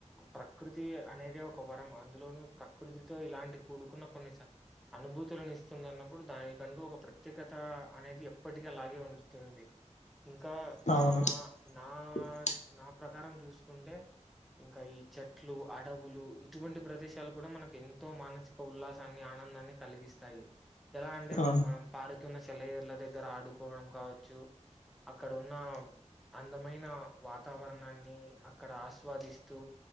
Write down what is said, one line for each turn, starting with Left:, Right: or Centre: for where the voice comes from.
Centre: ప్రకృతి అనేది ఒక వరం అందులోను ప్రకృతితో ఇలాంటి కూడుకున్న కొన్ని స అనుభూత్ భూతుల నిస్తుంది అన్నప్పుడు దానికంటూ ఒక ప్రత్యేకత అనేది ఎప్పటికి అలాగే ఉంటుంది ఇంకా
Left: అవును
Centre: నా నా
Left: <unintelligible>
Centre: నా ప్రకారం చూసుకుంటే ఇంకా ఈ చెట్లు అడవులు ఇటువంటి ప్రదేశాలు గూడా మనకి ఎంతో మానసిక ఉల్లాసాన్ని ఆ నందాన్ని కలిగిస్తాయి, ఎలా అంటే
Left: ఆ,
Centre: మనం పారుతున్న సెలయేర్ల దగ్ దగ్గర ఆడుకోవడం కావచ్చు, అక్కడ ఉన్న అన్ దమైన వాతావరణాన్ని అక్కడ ఆస్వాదిస్తూ